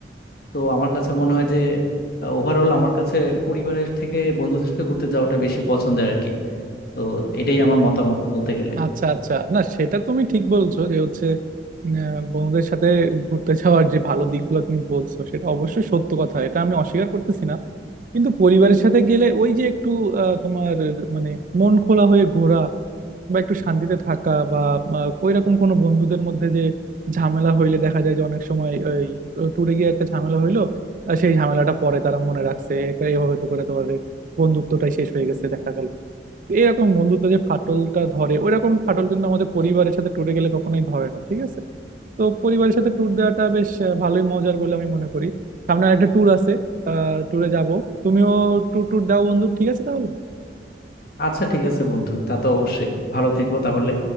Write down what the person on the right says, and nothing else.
আচ্ছা আচ্ছা না সেটা তুমি ঠিক বলছো যে হচ্ছে আহ, বন্ধুদের সাথে ঘুরতে যাওয়ার যে ভালো দিকগুলো তুমি বলছো সেটা অবশ্যই সত্য কথা এটা আমি অস্বীকার করতেছি না কিন্তু পরিবারের সাথে গেলে ওই যে একটু আহ, তোমার মানে মন খোলা হয়ে ঘোরা বা একটু শান্তিতে থাকা বা আহ, ওইরকম কোনো বন্ধুদের মধ্যে যে ঝামেলা হইলে দেখা যায় যে অনেক সময় ওই ট্যুরে গিয়ে একটা ঝামেলা হইলো আর সেই ঝামেলাটা পরে তারা মনে রাখছে এটা এভাবে তো করে তোমার বন্ধুত্বটাই শেষ হয়ে গেছে দেখা গেল এরকম বন্ধুত্ব যে ফাটলটা ধরে ওইরকম ফাটল কিন্তু আমাদের পরিবারের সাথে ট্যুরে গেলে কখনোই ধরে না ঠিক আছে তো পরিবারের সাথে ট্যুর দেওয়াটা বেশ আহ, ভালোই মজার বলে আমি মনে করি সামনে একটা ট্যুর আছে আহ ট্যুরে যাব তুমিও ট্যুর ট্যুর দাও বন্ধু ঠিক আছে তাহলে